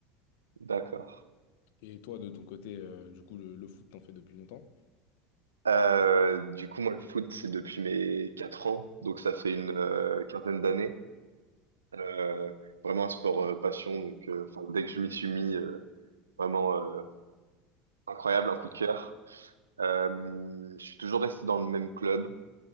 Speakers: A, on the right; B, on the left.
A: D'accord.
B: Et toi, de ton côté, euh, du coup, le, le foot, t'en fais depuis longtemps?
A: Euh, du coup, moi, le foot, c'est depuis mes 4 ans, donc ça fait une euh, quinzaine d'années. Euh, vraiment un sport euh, passion, donc euh, enfin, dès que je m'y suis mis, euh, vraiment euh, incroyable, un coup de cœur. Euh, je suis toujours resté dans le même club,